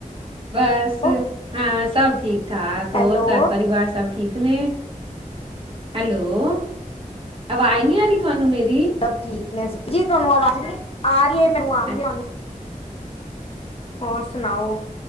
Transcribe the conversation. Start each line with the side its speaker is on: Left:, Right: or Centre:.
Right: ਬਸ
Left: ਹੋ?
Right: ਹਾਂ, ਸਭ ਠੀਕ ਠਾਕ। ਹੋਰ
Left: ਹੈਲੋ
Right: ਘਰ ਪਰਿਵਾਰ ਸਭ ਠੀ ਠੀਕ ਨੇ। ਹੈਲੋ, ਅਵਾਜ਼ ਨੀ ਆ ਰੀ ਤੁਹਾਨੂੰ ਮੇਰੀ?
Left: ਸਬ ਠੀਕ ਨੇ, ਜੀ ਤਾਨੂ ਅਵਾਜ਼ ਨੀ, ਆ ਰੀ ਏ, ਮੈਨੂੰ ਆ ਰੀ
Right: ਅੱ-
Left: ਏ ਤਾਨੂ ਹੋਰ ਸੁਨਾਓ?